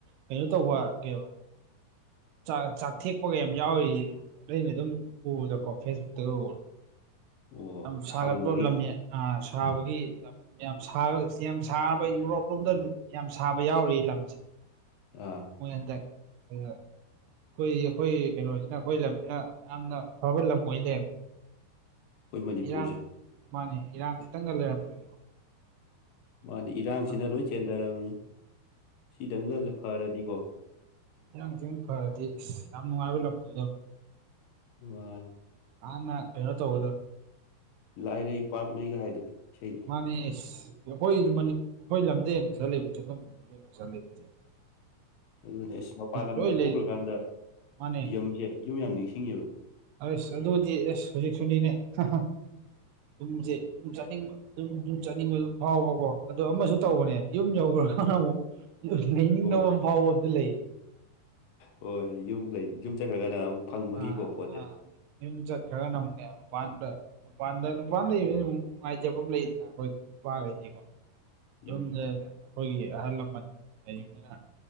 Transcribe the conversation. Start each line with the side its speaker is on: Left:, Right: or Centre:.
Right: ꯀꯩꯅꯣ ꯇꯧꯕ ꯀ ꯥꯛ ꯆꯥꯛꯊꯦꯛꯄꯒ ꯌꯥꯝ ꯌꯥꯎꯏ ꯑꯩꯅ ꯑꯗꯨꯝ ꯎꯕꯗꯀꯣ ꯐꯦꯁꯕꯨꯛꯇꯒ ꯎꯕꯗ
Left: ꯑꯣ
Right: ꯌꯥꯝ ꯁꯥꯒꯠꯄ
Left: ꯁꯥꯃꯟꯕꯒꯤ
Right: ꯂꯝꯃꯦ ꯑ ꯁꯥꯕꯒꯤ ꯌꯥꯝ ꯁꯥꯕ ꯌꯥꯝ ꯁꯥꯔꯕ ꯌꯨꯔꯣꯞ ꯂꯣꯝꯗ ꯌꯥꯝ ꯁꯥꯕ ꯌꯥꯎꯔꯤ ꯂꯝꯁꯦ
Left: ꯑꯥ
Right: ꯃꯣꯏ ꯍꯟꯗꯛ ꯑꯗꯨ ꯑꯩꯈꯣꯏ ꯑꯩꯈꯣꯏ ꯀꯩꯅꯣꯁꯤꯅ ꯑꯩꯈꯣꯏ ꯂꯝꯁꯤꯅ ꯌꯥꯝꯅ ꯐꯕ ꯂꯝ ꯑꯣꯏꯅ ꯂꯩꯔꯝꯃꯦ
Left: ꯑꯩꯈꯣꯏ ꯃꯅꯤꯄꯨꯔꯁꯦ
Right: ꯏꯔꯥꯡ ꯃꯥꯅꯦ ꯏꯔꯥꯡ ꯈꯤꯇꯪꯒ ꯂꯩꯔꯝꯃꯦ꯭ꯔꯦ
Left: ꯃꯥꯗꯤ ꯏꯔꯥꯡꯁꯤꯅ
Right: ꯎꯝ
Left: ꯂꯣꯏ ꯆꯦꯟꯊꯔꯔꯕꯅꯤ ꯁꯤꯗꯪꯗ ꯐꯔꯗꯤꯀꯣ
Right: ꯏꯔꯥꯡꯖꯤꯅ ꯐꯔꯗꯤ ꯌꯥꯝ ꯅꯨꯡꯉꯥꯏꯕ ꯂꯝ ꯑꯣꯏꯗꯕꯅꯤ
Left: ꯋꯥꯏ
Right: ꯅꯍꯥꯟꯅ ꯀꯩꯅꯣ ꯇꯧꯒꯗꯕ
Left: ꯂꯥꯏꯔꯩ ꯄꯥꯛꯅꯤꯒ ꯍꯥꯏꯗꯨꯗꯤ ꯏꯁꯩ
Right: ꯃꯥꯅꯦ ꯑꯩꯈꯣꯏ ꯑꯩꯈꯣꯏ ꯂꯝꯗ ꯍꯦꯟ ꯐꯁꯟ ꯂꯩꯕꯁꯦ ꯑꯩꯈꯣꯏ ꯃꯅꯤꯄꯨꯔꯗ ꯍꯦꯟ ꯄꯁꯟ ꯂꯩꯕꯁꯦ
Left: ꯑꯗꯨꯅꯦ ꯑꯁ ꯃꯄꯥꯟ ꯂꯝꯗ
Right: ꯂꯣꯏ ꯂꯩ
Left: ꯊꯣꯛꯈ꯭ꯔꯀꯥꯟꯗ
Right: ꯃꯥꯅꯦ
Left: ꯌꯨꯝꯁꯦ ꯌꯨꯝ ꯌꯥꯝ ꯅꯤꯡꯁꯤꯡꯉꯦꯕ
Right: ꯑꯁ ꯑꯗꯨꯗꯤ ꯑꯦꯁ ꯍꯧꯖꯤꯛꯁꯨꯅꯤꯅꯦ ꯍꯥꯍꯥ ꯌꯨꯝꯁꯦ ꯌꯨꯝ ꯆꯥꯠꯅꯤꯡꯕ ꯑꯗꯨꯝ ꯌꯨꯝ ꯆꯥꯠꯅꯤꯡꯕ ꯑꯗꯨꯝ ꯐꯥꯎꯕꯀꯣ ꯑꯗꯣ ꯑꯃꯁꯨ ꯇꯧꯕꯅꯦ ꯌꯨꯝ ꯌꯧꯈ꯭ꯔꯀꯥꯟꯗ ꯑꯃꯨꯛ ꯂꯩꯅꯤꯡꯗꯕ
Left: ꯍꯣꯏ
Right: ꯑꯃ ꯐꯥꯎꯕꯕꯗꯤ ꯂꯩꯌꯦ
Left: ꯍꯣꯏ ꯌꯨꯝ ꯂꯩ ꯌꯨꯝ ꯆꯠꯈ꯭ꯔꯒꯅ ꯑꯃꯨꯛ ꯐꯪꯕꯒꯤꯀꯣ
Right: ꯑꯥ
Left: ꯄꯣꯠꯁꯦ
Right: ꯑꯥ ꯌꯨꯝ ꯆꯠꯈꯔꯥꯒꯅ ꯑꯃꯨꯛꯅꯦ ꯃꯄꯥꯟꯗ ꯃꯄꯥꯟꯗ ꯅꯨꯄꯥ ꯂꯩꯕ ꯅꯨꯡꯉꯥꯏꯖꯕ ꯑꯃ ꯂꯩꯗꯅ ꯑꯩꯈꯣꯏ ꯅꯨꯄꯥꯈꯩꯁꯦꯀꯣ ꯌꯨꯝꯗꯅ
Left: ꯎꯝ
Right: ꯑꯩꯈꯣꯏꯒꯤ ꯑꯍꯜ ꯂꯃꯟ ꯂꯩꯕꯅꯤꯅ